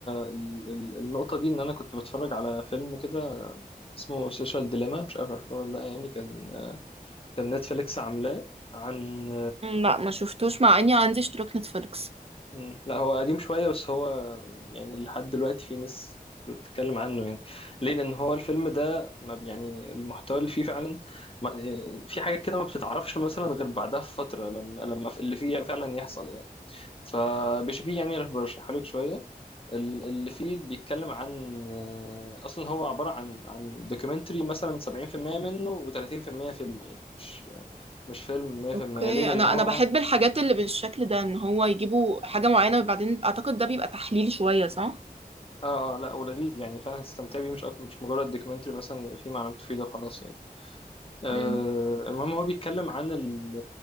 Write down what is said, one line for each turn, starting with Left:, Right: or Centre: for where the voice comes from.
Left: ال- ال- النقطه دي ان انا كنت بتفرج على فيلم كده اسمه سوشيال ديليما مش عارف عارفه ولا لا يعني كان كان نتفليكس عاملاه عن
Right: مم، لا ما شفتوش مع إني عندي اشتراك نتفليكس
Left: مم. لا هو قديم شوية بس هو يعني لحد دلوقتي في ناس بتتكلم عنه يعني ليه لأن هو الفيلم ده ما يعني المحتوى اللي فيه فعلا ما إيه، في حاجات كده ما بتتعرفش مثلا غير بعدها في فترة لما لما في اللي فيه فعلا يحصل يعني فبشوفيه يعني برشحه لك شوية ال- اللي فيه بيتكلم عن آه، أصلا هو عبارة عن عن دوكيومنتري مثلا 70% منه و30% فيلم يعني مش مش فيلم 100%
Right: اوكي
Left: ليه لأن
Right: انا
Left: هو
Right: انا بحب الحاجات اللي بالشكل ده ان هو يجيبوا حاجه معينه وبعدين اعتقد ده بيبقى تحليل شويه صح
Left: اه اه لا ولذيذ يعني فانا هتستمتع بيه مش أكتر مش مجرد دوكيومنتري مثلا فيه معلومات مفيده وخلاص يعني آه
Right: مم.
Left: المهم هو بيتكلم عن ال